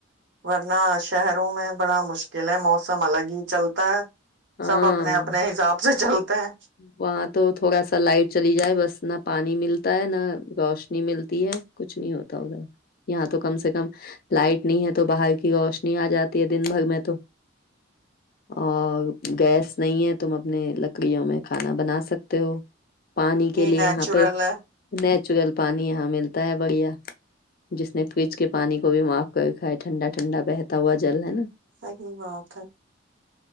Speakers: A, on the right; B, on the left.
A: ورنہ شہروں میں بڑا مشکل ہے موسم الگ ہی چلتا ہے
B: ہاں
A: سب اپنے اپنے حساب سے چلتے ہیں
B: وہاں تو تھوڑا سا لائٹ چلی جائے بس نہ پانی ملتا ہے نہ روشنی ملتی ہے کچھ نہیں ہوتا ادھر یہاں تو کم سے کم لائٹ نہیں ہے تو باہر کی روشنی آ جاتی ہے دن بھر میں تو اور گیس نہیں ہے تم اپنے لکڑیوں میں کھانا بنا سکتے ہو پانی کے لیے
A: نیچورل
B: یہاں پہ
A: ہے
B: چگل پانی یہاں ملتا ہے بڑھیا جس نے فریج کے پانی کو بھی معاف کر کھاائے ٹھنڈا ٹھنڈا بہتا ہوا جل ہے نا
A: صحی بات ہے